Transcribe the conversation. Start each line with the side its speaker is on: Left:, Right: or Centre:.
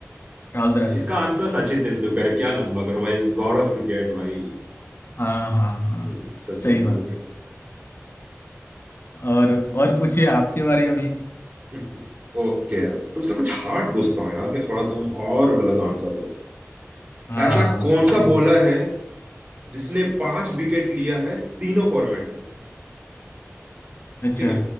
Left: राहुल द्राविड
Right: इसका आंसर सचिन तेंदुलकर है क्या लंबा करो भाई गॉड ऑफ क्रिकेट भाई
Left: हाँ हाँ हाँ
Right: हम्म, सचिन
Left: सही
Right: तेंदुलकर
Left: बात और और पूछिए आपकी बारी अभी
Right: हम्म, ओके तुमसे कुछ हार्ड पूछता हूँ यार कि थोड़ा तुम और गलत आंसर दो
Left: हाँ
Right: ऐसा कौन
Left: सही
Right: सा बॉलर है जिसने पांच विकेट लिया है तीनों फॉर्मेट में
Left: अच्छा
Right: ठीक है